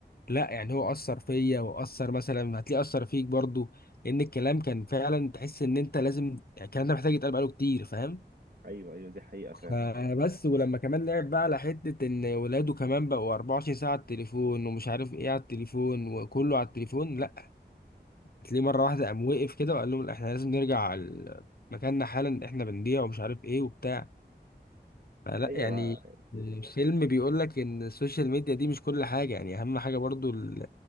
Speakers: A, on the left (about 60°); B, on the right (about 60°).
A: لا يعني هو أثر فيا وأثر مثلا هتلاقيه أثر فيك برضو لأن الكلام كان فعلا تحس إن أنت لازم يعني الكلام ده محتاج يتقال بقاله كتير فاهم
B: ايوه ايوه دي حقيقة فعلا
A: فبس ولما كمان لعب بقى على حتة إن ولاده كمان بقوا 24 ساعة على التليفون ومش عارف إيه على التليفون وكله على التليفون لا هتلاقيه مرة واحدة قام وقف كده وقال لهم لأ، إحنا لازم نرجع على مكاننا حالا إحنا بنضيع ومش عارف إيه وبتاع فلا
B: ايوه
A: يعني
B: ما-
A: الفيلم بيقول لك ان السوشيال ميديا دي مش كل حاجة يعني اهم حاجة برضو ال-